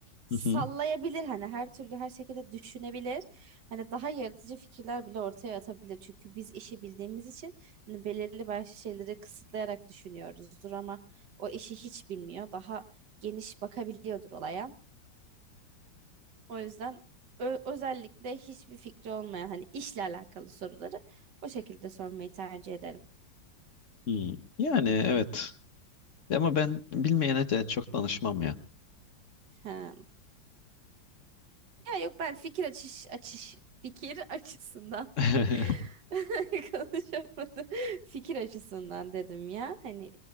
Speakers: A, on the right; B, on the left.
A: Sallayabilir
B: Hı hı.
A: hani her türlü her şekilde düşünebilir. Hani daha yaratıcı fikirler bile ortaya atabilir. Çünkü biz işi bildiğimiz için hani belirli başlı şeyleri kısıtlayarak düşünüyoruzdur ama o işi hiç bilmiyor. Daha geniş bakabiliyordur olaya. O yüzden ö- özellikle hiçbir fikri olmayan hani işle alakalı soruları o şekilde sormayı tercih ederim.
B: Hmm. Yani evet. Ama ben bilmeyene de çok danışmam ya.
A: Ha. Ya yok ben fikir açış açış fikir açısından
B: <laughs>
A: <laughs> konuşamadım. Fikir açısından dedim ya. Hani